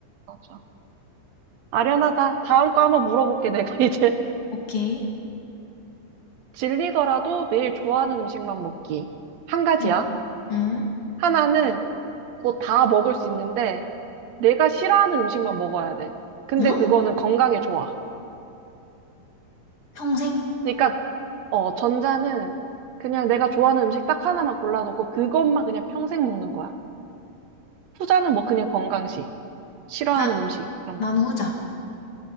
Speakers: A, on the right; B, on the left.
A: 맞아. 아련하다. 다음 거 한번 물어볼게, 내가 <laughs> 이제.
B: 오케이.
A: 질리더라도 매일 좋아하는 음식만 먹기. 한 가지야.
B: 응. 응.
A: 하나는 뭐 다 먹을 수 있는데, 내가 싫어하는 음식만 먹어야 돼. 근데
B: 응?
A: 그거는 건강에 좋아.
B: 평생?
A: 그러니까, 어, 전자는 그냥 내가 좋아하는 음식 딱 하나만 골라놓고 그것만 그냥 평생 먹는 거야. 후자는 뭐 그냥 건강식. 싫어하는
B: 나,
A: 음식, 이런
B: 난
A: 거.
B: 후자.